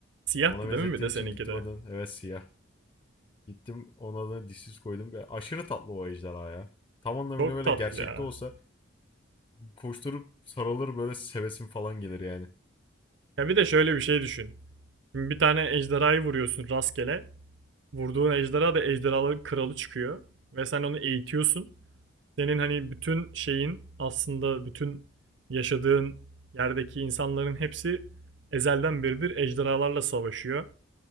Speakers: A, on the right; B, on the left.
A: Siyahtı
B: Ona benzettiğim
A: değil mi bir de seninki
B: için gittim
A: de?
B: adını evet siyah. Gittim onun adını dişsiz koydum. Ya, Aşırı tatlı o ejderha ya. Tam anlamıyla
A: Çok
B: böyle
A: tatlı
B: gerçekte
A: ya.
B: olsa koşturup sarılır böyle sevesim falan gelir yani.
A: Ya bir de şöyle bir şey düşün. Şimdi bir tane ejderhayı vuruyorsun rastgele. Vurduğun ejderha da ejderhaların kralı çıkıyor. Ve sen onu eğitiyorsun. Senin hani bütün şeyin aslında bütün yaşadığın yerdeki insanların hepsi ezelden beridir ejderhalarla savaşıyor.